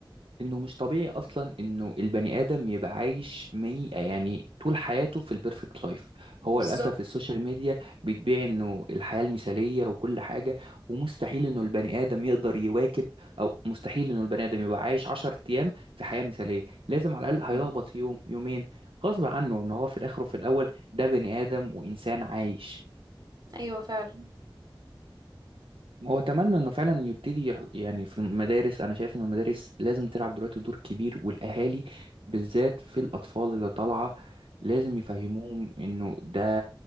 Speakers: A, on the right; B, on the right.
A: انه مش طبيعي اصلا انه البني ادم يبقى عايش مي يعني طول حياته في البيرفكت لايف
B: بالظبط
A: هو للاسف السوشيال ميديا بتبيع انه الحياه المثاليه وكل حاجه ومستحيل انه البني ادم يقدر يواكب او مستحيل انه البني ادم يبقى عايش 10 ايام في حياه مثاليه لازم على الاقل
B: مم.
A: هيلخبط يوم يومين غصب عنه ان هو في الاخر وفي الاول ده بني ادم وانسان عايش
B: ايوه فعلا
A: هو اتمنى انه فعلا يبتدي يح- يعني في المدارس انا شايف ان المدارس لازم تلعب دلوقتي دور كبير والاهالي بالذات في الاطفال اللي طالعه لازم يفهموهم انه ده